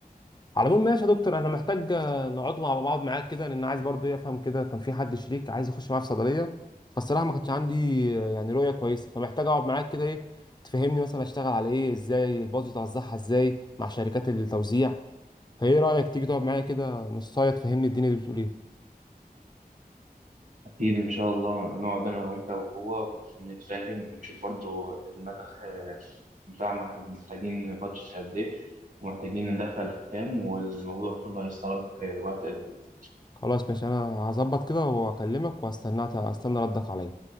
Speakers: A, on the left; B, on the right.
A: على العموم ماشي يا دكتور انا محتاج آه، نقعد مع بعض معاك كده لان عايز برضه إيه افهم كده كان في حد شريك عايز يخش معايا في صيدليه فالصراحه ما كانش عندي آه، يعني رؤيه كويسه فمحتاج اقعد معاك كده ايه تفهمني مثلا اشتغل على ايه ازاي البادجت اوزعها ازاي مع شركات التوزيع فايه رايك تيجي تقعد معايا كده نصايه تفهمني الدنيا دي بتقول ايه
B: أكيد إن شاء الله نقعد أنا وأنت وهو ونتفاهم ونشوف برضو المدى آه، بتاع مح- محتاجين بادجت قد إيه ومحتاجين ندخل كام والموضوع كله هيستغرق آه، وقت قد إيه
A: خلاص ماشي انا هظبط كده واكلمك واستنى استنى ردك عليا